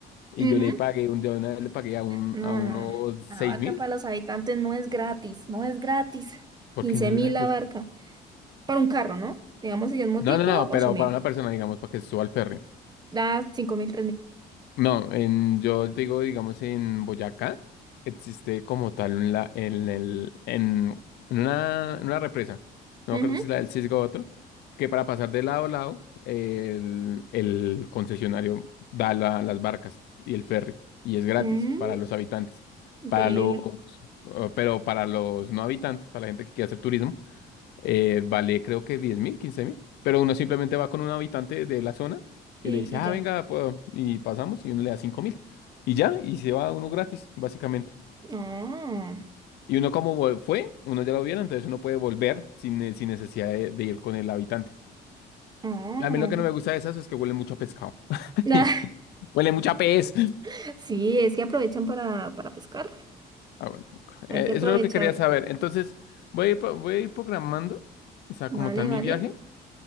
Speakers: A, on the left (about 75°); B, on the right (about 25°).
A: Y
B: Ujú.
A: yo le pagué, un, de una vez le pagué a, un,
B: No,
A: a uno
B: no.
A: seis
B: La barca
A: mil.
B: para los habitantes no es gratis, no es gratis.
A: ¿Por
B: quince
A: qué no es
B: mil
A: gratis?
B: la barca. Para un carro, ¿no? Digamos, si es motico,
A: No, no, no,
B: ocho
A: pero
B: mil.
A: para una persona, digamos, para que se suba al ferry.
B: Da 5 mil,
A: No, en, yo digo, digamos, en Boyacá existe como tal un la- en, el, en, en una, en una represa, no
B: Ujú.
A: me acuerdo si es la del Cisgo o otro, que para pasar de lado a lado eh, el, el concesionario da la- las barcas y el ferry y es gratis
B: Mm,
A: para los habitantes.
B: increíble.
A: Para los, eh, pero para los no habitantes, para la gente que quiere hacer turismo, eh, vale creo que diez mil, quince mil, pero uno simplemente va con un habitante de la zona
B: Y,
A: y le dice,
B: y
A: ah,
B: ya.
A: venga, pa- y pasamos y uno le da cinco mil y ya, y se va uno gratis, básicamente.
B: Ah,
A: Y uno como vol- fue, uno ya lo vieron, entonces uno puede volver sin, ne- sin necesidad de, de ir con el habitante.
B: ah.
A: A mí lo que no me gusta de esas es que huele mucho a pescado. <laughs>
B: Nah,
A: Huele mucho a pez.
B: <laughs> sí, es que aprovechan para, para pescar.
A: Ah, bueno.
B: Hay
A: Eh,
B: que aprovechar.
A: eso es lo que quería saber. Entonces, voy a ir, pro- voy a ir programando, o sea,
B: Vale,
A: como tal mi
B: vale.
A: viaje.